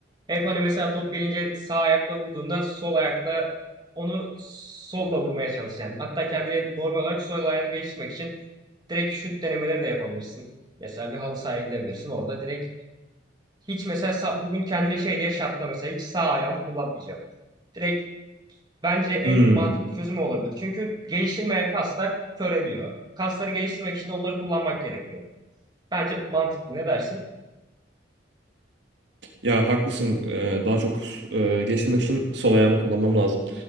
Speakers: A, on the right; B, on the right.
A: hep hani mesela top gelince sağ ayakla vurduğunda sol ayakla onu solla vurmaya çalış yani. Hatta kendini normal olarak sol ayağını geliştirmek için Direkt şut denemeleri de yapabilirsin. Mesela bir halı sahaya gidebilirsin. Orada direkt hiç mesela sa- bugün kendini şey diye şartla mesela hiç sağ ayağımı kullanmayacağım. Direkt bence en
B: Hmm.
A: mantıklı çözüm o olabilir. Çünkü geliştirmeyen kaslar köreliyor. Kasları geliştirmek için de onları kullanmak gerekiyor. Bence mantıklı. Ne dersin?
B: Ya haklısın. Ee, daha çok e, geliştirmek için sol ayağımı kullanmam lazım.